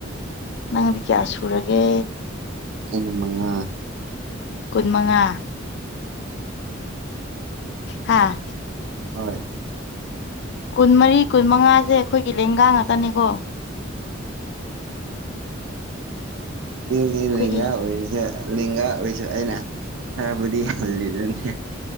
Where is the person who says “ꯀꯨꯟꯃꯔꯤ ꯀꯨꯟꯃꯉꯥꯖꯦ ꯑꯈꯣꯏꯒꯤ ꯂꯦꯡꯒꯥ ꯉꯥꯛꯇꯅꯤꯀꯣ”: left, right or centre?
Left